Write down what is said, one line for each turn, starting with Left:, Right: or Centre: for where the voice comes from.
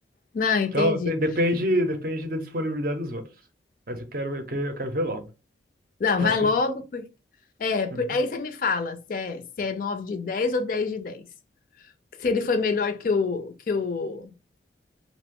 Left: Não, entendi.
Right: Então, de- depende, depende da disponibilidade dos outros. Mas eu quero, eu quero, eu quero ver logo.
Left: Não,
Right: Que
Left: vai
Right: eu acho que
Left: logo,
Right: esse filme
Left: porque... É, por-
Right: é muito
Left: aí
Right: bom.
Left: você me fala se é, se é 9 de 10 ou 10 de 10, Se ele foi melhor que o, que o